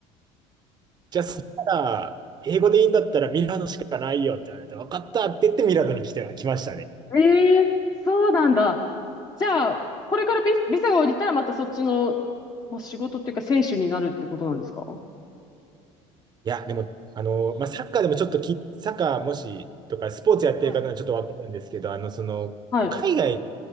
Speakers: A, on the right; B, on the left.
A: じゃあそしたら、英語でいいんだったらミラノしかないよって言われて、分かったって言ってミラノに来て、来ましたね。
B: ええそうなんだ。じゃあ、これからビ、ビザが降りたらまたそっちの、まあ、仕事っていうか選手になるってことなんですか
A: いや、でも、あの、まあ、サッカーでもちょっとき、サッカーもしとか、スポーツやってる方はちょっと分かるんですけど、
B: はい。
A: あの、その、
B: はい。
A: 海外